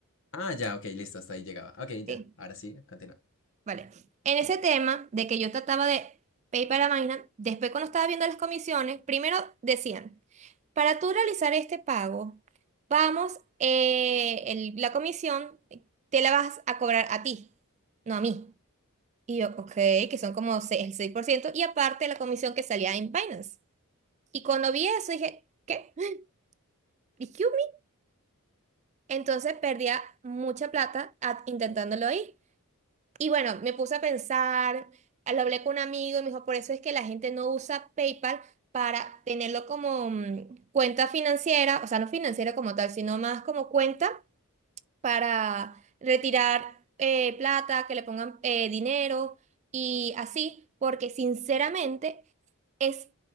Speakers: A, on the left; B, on the right.
A: Ah, ya, ok, listo, hasta ahí llegaba. Ok, ya,
B: Sí,
A: ahora sí, continúa.
B: vale. En ese tema de que yo trataba de PayPal a Binance, después cuando estaba viendo las comisiones, primero decían. Para tú realizar este pago, vamos, eh, el- la comisión eh, te la vas a cobrar a ti, no a mí. Y yo, ok, que son como se- el 6% y aparte la comisión que salía en Binance. Y cuando vi eso dije, ¿qué? <laughs> ¿Excuse me? Entonces perdía mucha plata a- intentándolo ahí. Y bueno, me puse a pensar, lo hablé con un amigo y me dijo, por eso es que la gente no usa PayPal para tenerlo como mm, cuenta financiera, o sea, no financiera como tal, sino más como cuenta para retirar eh, plata, que le pongan eh, dinero y así, porque sinceramente es,